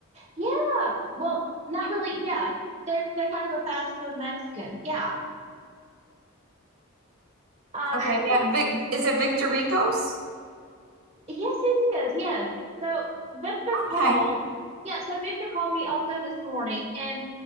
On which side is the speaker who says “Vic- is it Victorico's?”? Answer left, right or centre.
Right